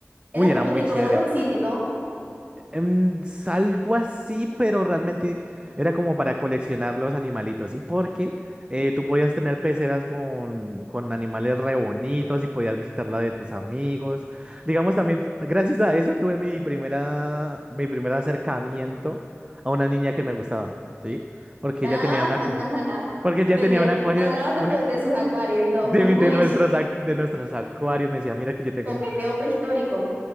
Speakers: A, on the right; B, on the right.
A: Era
B: Uy,
A: como
B: era muy
A: tipo
B: chévere.
A: Dragon City, ¿no?
B: Em, algo así, pero realmente era como para coleccionar los animalitos, ¿sí? Porque eh, tú podías tener peceras con, con animales re bonitos y podías visitar la de tus amigos. Digamos también, p- gracias a eso tuve mi primera, mi primer acercamiento a una niña que me gustaba, ¿sí? Porque
A: Ah,
B: ella tenía una,
A: <laughs>
B: acu- porque ella
A: tenía,
B: tenía un acuario,
A: hablaban de,
B: una,
A: tu- de sus acuarios y todo.
B: de,
A: <laughs>
B: mi-
A: Uy,
B: de nuestros, ac- de nuestros acuarios. Me decía, mira que yo tengo
A: Coqueteo
B: un,
A: prehistórico.